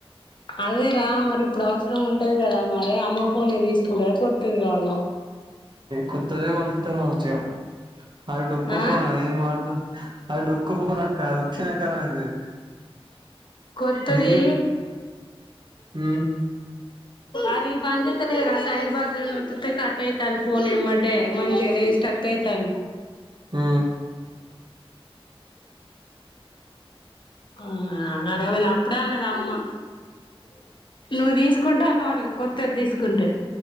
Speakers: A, on the left (about 50°); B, on the right (about 50°).
A: అదేరా మరి ఇప్పుడు అవసరం ఉంటది కదా మరే అమ్మ ఫోనే తీసుకుంటదా కొత్తది కావాల
B: కొత్తదే కొనిత్తరు కావచ్చు ఇగ అది డోక్కు
A: ఆ
B: ఫోన్ అదేం వాడతది అది డొక్కు ఫోన్ అక్క అది ఉత్తినే కరాబ్ అయితది
A: కొత్తది
B: నీ మ్మ్
A: అది పనిచేత్తలేదురా సైడ్ బటన్ ఒత్తుతే కట్ అయితాంది ఫోన్ ఎమ్మటే మంచిగా లేదు స్టక్ అయితాంది.
B: ఉ
A: ఆ కరాబయింది అప్పుడే అన్నది అమ్మ నువ్వు తీసుకుంటా అన్నవటగా కొత్తది తీసుకుంటే